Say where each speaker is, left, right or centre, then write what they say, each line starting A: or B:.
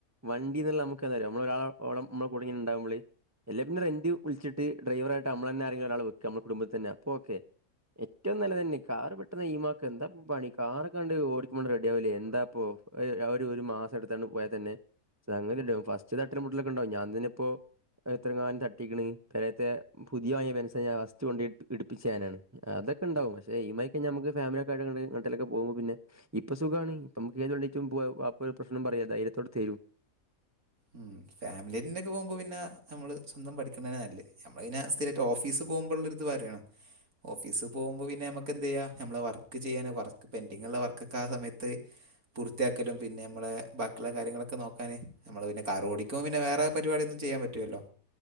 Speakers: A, on the right; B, on the right.
A: വണ്ടിന്ള്ള നമുക് എന്താ നമ്മള ഒരാളഓ മ്മളെ കുടുങ്ങിണ്ടകുമ്പള്. എല്ലാ പിന്നറെന്റ് വിളിച്ചിട്ട് ഡ്രൈവറാ യിട്ട്അമ്മളനെ ആരെങ്കില ഒരാൾ വെക്ക അമ്മുടെ കുടബതന്നെ അപ്പോ ഓക്കെ ഏറ്റവും നല്ലതന്നെ കാറ് പെട്ടന്ന് ഏയ്‌മാക്കക എന്താ പണി കാറൊക്കെ കണ്ട് ഓടിക്കുമ്പോ റെഡിയാവൂല്ലേ എന്താ അപ്പൊ അവര് ഒരു മാസം എടുത്താണ് പോയാതന്നെ സങ്ങതി ടി ആവും ഫസ്റ്റ് തട്ടല് മുട്ടിലൊക്കെണ്ടാവും ഞാൻ തന്നെ ഇപ്പോ എത്രങ്ങാനം തട്ടിങ്‌ണ് പേരെത്തെ പുതിയ വങ്ങിയ ബെൻസാ ഞാൻ ഫസ്റ്റ് കൊണ്ടേയ് ഇടിപ്പിച്ചാനാണ് അതൊ കെണ്ടാവും പക്ഷെ ഈമായിക്ക അമക്ക് ഫാമിലക്കെയിട്ട് ങേണ്ടിലക്കെ പോക്മ്പോ പിന്നെ ഇപ്പൊ സുഖണ് ഇപൊമക്ക് ഏത്ണ്ടിയ്ട്ടും പോവാ വാപ്പ ഒരു പ്രശ്നം പറയാ ധൈര്യത്തോടെ തരും.
B: ഉം ഫാമിലിന്നേക്കെ പോകുമ്പോ പിന്നെ നമ്മള് സ്വന്തം പഠിക്കേണെ നല്ലേ നമ്മളിനെസ് റ്റ ഓഫീസ് പോകുമ്പോൾള്ളത് വാര്യാണ്. ഓഫീസ് പോകുമ്പോൾ പിന്നെ അമക്ക് എന്തയ്യാം അമ്മെളെ വർക്ക് ചെയ്യൻ വർക്ക് പെൻഡിങ്ള്ള വർക്ക്ക്കെ ആ സമയത്ത് പൂർത്തിയാക്കലും പിന്നെ അമ്മളെ ബാക്കിയുള്ള കാര്യങ്ങളൊക്കെ നോക്കാൻ അമ്മൾ പിന്നെ കറോടിക്കും പിന്നെ വേറെ പരിപാടിയൊന്നും ചെയ്യാൻ പറ്റുലല്ലോ